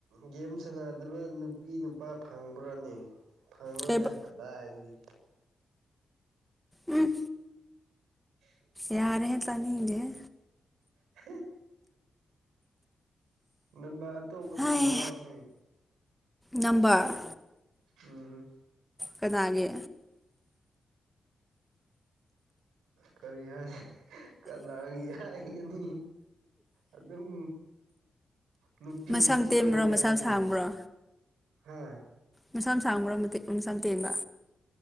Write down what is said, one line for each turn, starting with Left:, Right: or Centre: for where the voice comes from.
Right: ꯒꯦꯝ ꯁꯥꯟꯅꯗꯕ ꯅꯨꯄꯤ ꯅꯨꯄꯥ ꯐꯪꯕ꯭ꯔꯥꯅꯦ꯫ ꯐꯪꯉꯣꯏꯗ
Centre: ꯀꯩꯕ
Right: ꯀꯗꯥꯏꯗꯒꯤ꯫
Centre: ꯎꯝ
Right: ꯎ
Centre: ꯌꯥꯔꯦꯍꯦ ꯇꯥꯅꯤꯡꯗꯦꯍꯦ꯫
Right: ꯍꯦ꯫ ꯅꯝꯕꯔ ꯑꯇꯣꯞꯄꯁꯨ
Centre: ꯍꯥꯏ
Right: ꯊꯥꯔꯛꯑꯣꯅꯦ꯫
Centre: ꯅꯝꯕꯔ꯫
Right: ꯎꯝ꯫
Centre: ꯀꯅꯥꯒꯤ꯫
Right: ꯀꯔꯤ ꯍꯥꯏ ꯀꯅꯥꯒꯤ ꯍꯥꯏꯒꯅꯤ꯫ ꯑꯗꯨꯝ ꯅꯨꯄꯤ
Centre: ꯃꯁꯝ
Right: ꯀꯣꯏꯒꯅꯤ
Centre: ꯇꯦꯟꯕ꯭ꯔꯣ ꯃꯁꯝ
Right: ꯑꯩꯁꯨ꯫
Centre: ꯁꯥꯡꯕ꯭ꯔꯣ
Right: ꯍꯥ꯫
Centre: ꯃꯁꯝ ꯁꯥꯡꯕ꯭ꯔ ꯃꯇꯦ ꯃꯁꯝ ꯇꯦꯟꯕ꯫